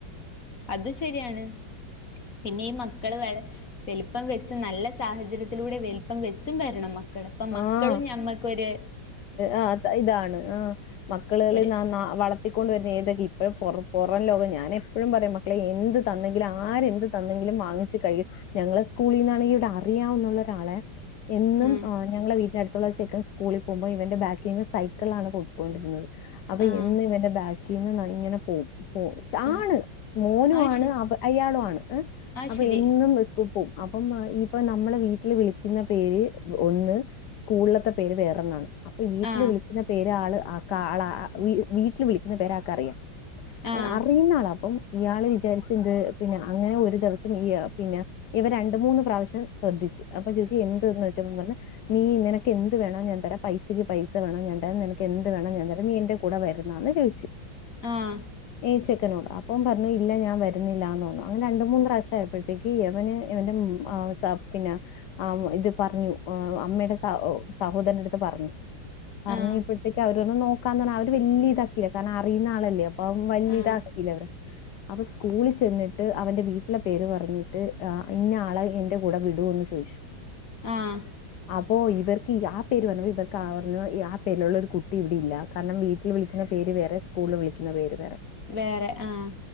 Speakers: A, on the left; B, on the left.
A: അതും ശരിയാണ് പിന്നെ ഇ ഈ മക്കൾ വെ വലുപ്പം വെച്ച് നല്ല സാഹചര്യത്തിലൂടെ വലിപ്പം വെച്ചും വരണം മക്കള്. അപ്പൊ മക്കളും
B: ആഹ്
A: നമ്മക്കൊരു
B: ആഹ് ഇതാണ് ആ മക്കളേളീം
A: ഒരു
B: നന വള ത്തിക്കൊണ്ട് വരുന്ന ഏതൊ ഇപ്പഴും പുറം ലോകം ഞാനെപ്പോഴും പറയും മക്കളെ എന്ത് തന്നെങ്കിലും ആരെന്ത് തന്നെങ്കിലും വാങ്ങിച്ച് കഴി ഞങ്ങളെ സ്കൂളി ന്നാണെങ്കിൽ ഇവിടെ അറിയാവുന്നുള്ളൊരാളെ എന്നും
A: ആഹ്
B: ആ ഞങ്ങള വീട്ടിനടുത്തുള്ള ചെക്കൻ സ്കൂളിൽ പോകുംപോ ഇവന്റെ ബാക്കീന്ന് സൈ ക്കള്ലാണ് പോയ്ക്കൊണ്ടിരുന്നത് അപ്പൊ
A: ആഹ്
B: എന്ന് ഇവന്റെ ബാക്കീന്ന് ഇങ്ങനെ പോവും പോ ച്ച
A: ആഹ്
B: ആണ് മോനു
A: അത്
B: ആണ്
A: ശ
B: അവ അയാളു ആണ് ഇഹ്
A: അത്
B: അപ്പൊ
A: ശരി.
B: എന്നും സ് പ്പും അപ്പം ഇപ്പൊ നമ്മളെ വീട്ടില് വിളിക്കുന്ന പേര്. ഒ ഒന്ന് സ്കൂളിലത്തെ പേര് വേറൊന്നാണ് അപ്പൊ വീട്ടിൽ
A: ആഹ്
B: വിളിക്കുന്ന പേര് ആള് ആ കാളാ വീ വീട്ടിൽ വിളിക്കുന്ന പേരാക്കറിയാം
A: ആഹ്
B: അറിയുന്ന ആളാ അപ്പം. ഇയാള് വിചാരിച്ചെന്ത് പിന്നെ അങ്ങനെ ഒരു ദിവസം ഈ യാ പിന്നെ. ഇവൻ രണ്ട് മൂന്ന് പ്രാവശ്യം ശ്രദ്ധിച്ച് അപ്പൊ ചോയ്ച്ച് എന്ത്ന്നൊയ്ച്ചപ്പൊ പറഞ്ഞ് ഹ്. നീ നിനക്കെന്ത് വേണോ ഞാൻ തരാം പൈസക്ക് പൈസ വേണോ ഞാൻ തരാം നിനക്ക് എന്ത് വേണം ഞാൻ തരാം നീ എന്റ് കൂടെ വരുന്നോന്ന് ചോയ്‌ച്ച്
A: ആഹ്
B: ഈ ചെക്കനോട് അ ഓം പറഞ്ഞു ഇല്ല ഞാൻ വരുന്നില്ലാന്ന് പറഞ്ഞു അങ്ങനെ രണ്ട് മൂന്ന് പ്രാവശ്യം ആയപ്പോഴത്തേക്ക് എവന് ഇവന്റെ മ് ആഹ് സ പിന്നെ ആ വ് ഇത്. പറഞ്ഞു അമ്മയുടെ സഹോദരന്റെ അടുത്ത് പറഞ്ഞു പറഞ്ഞപ്പോഴത്തേക്ക്
A: ആഹ്
B: അവ ര്ന്ന് നോക്കാന്ന് പറഞ് അവര് വല്ലീ താക്കീല്ല കാരണം അറിയുന്ന ആളല്ലേ അപ്പൊ വലി
A: ആഹ്
B: ഇതാക്കിയില്ലേ അവര്. അപ്പൊ സ്കൂളിൽ ചെന്നിട്ട് അവന്റെ വീട്ടിലെ പേര് പറഞ്ഞിട്ട് ആ ഇന്ന ആളെ എന്റെ കൂടെ വിടോന്ന് ചോയ്ച്ചു.
A: ആഹ്.
B: അപ്പൊ ഇവർക്ക് ഇ ആ പേര് പറഞ്ഞപ്പൊ ഇവർക്ക് ആ വർഞ്ഞു ഇ ആ പേരിലുള്ള ഒരു കുട്ടി ഇവിടെ ഇല്ലാ. കാരണം വീട്ടിൽ വിളിക്കുന്ന പേര് വേറെ സ്കൂളിൽ വിളിക്കുന്ന പേര് വേറെ
A: വേറെ ആഹ്.